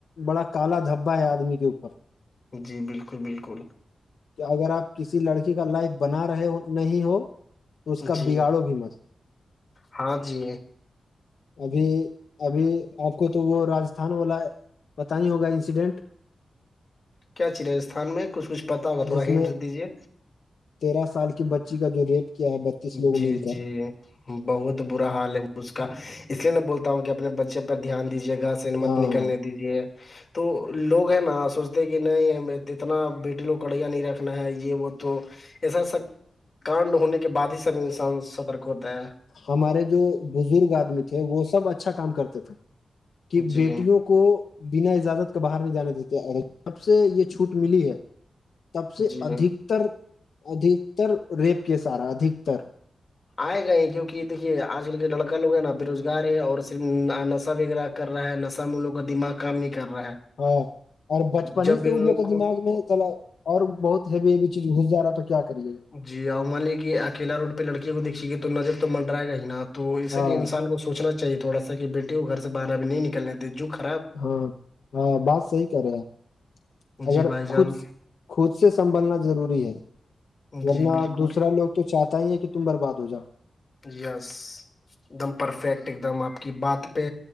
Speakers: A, on the left; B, on the left.
A: بڑا کالا دھبا ہے آدمی کے اوپر
B: جی بالکل بالکل
A: کہ اگر آپ کسی لڑکی کا لائف بنا رہے ہو نہیں ہو تو اس کا
B: جی
A: بگاڑو بھی مت
B: ہاں جی
A: ابھی ابھی آپ کو تو وہ راجستھان والا پت ہی ہوگا انسیڈنٹ
B: کیا چھی راجستھان میں کچھ کچھ پتا ہوگا تھوڑا
A: جس
B: ہینٹ
A: میں
B: دیجے
A: تیرہ سال کی بچی کا جو ریٹ کیا ہے بتیس لوگ
B: جی
A: مل کر
B: جی بہت برا حال ہے اس کا اس لیے میں بولتا ہوں کہ اپنے بچے پر دھیان دیجیے گھر سے سمت
A: ہاں
B: نکلنے دیجیے تو لوگ ہے نا سوچتے کہ نہیں اتنا بیٹی لوگ کڑھیا نہیں رکھنا ہے یہ وہ تو ایسا سب کانڈ ہونے کے بعد ہی سب انسان سترک ہوتا ہے
A: ہمارے جو بزرگ آدمی تھے وہ سب اچھا کام کرتے تھے کہ
B: جی
A: بیٹیوں کو کو بنا اجازت کے باہر نہیں جانے دیتے اور جب سے یہ چھوٹ ملی ہے تب سے
B: جی
A: ادھکتر ادھکتر ریپ کے سارا ادھکتر
B: آئے گئے کیوںک دیکھیے آج کل کے لڑکا لو ہے نا بے روزگار ہے اور صرف نشہ وغیرہ کر رہا ہے نشام ملوں کا دماغ کام نہیں کر رہا ہے
A: ہاں اور بچپن
B: جب
A: ہی
B: بھی
A: سے وہ
B: ان
A: لوگ کا دماغ
B: کو
A: میں تھڑا اور بہت ہیویب چیز گھس ج رہا ہے تو کیا کریے گا
B: جی اور مان لیے کہ اکیلا روڈ پہ لڑکیوں کو دیکھیے گے تو نظر تو منرائے گا ہی نا تو اسی
A: گا ہاں
B: لیے انسان کو سوچنا چاہیے تھوڑا کہ بیٹے ہو گھر سے باہر ا بھی نہیں نکلنےتے جک
A: ہاں ہاں بات صحی کرے آپ
B: جی
A: اگر
B: بھائی جان
A: خود خود سے سنبھلنا ضروری ہے ورنہ
B: جی بالکل
A: دوسرا لوگ تو چاہتا ہی ہے کہ تم برباد ہو جا
B: یس ایک دم پرفیکٹ ایک دم آپ کی بات پہ